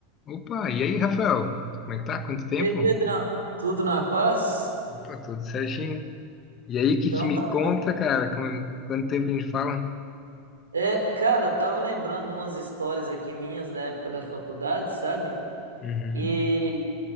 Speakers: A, on the left; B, on the right.
A: Opa, e aí, Rafael? Como é que tá? Quanto tempo?
B: E aí, Pedrão, tudo na paz?
A: Opa, tudo certinho. E aí, o que
B: Então
A: que me
B: tá.
A: conta, cara? Como- Quanto tempo a gente fala?
B: É, cara, eu tava lembrando de umas histórias aqui minhas da época da faculdade, sabe?
A: Uhum.
B: E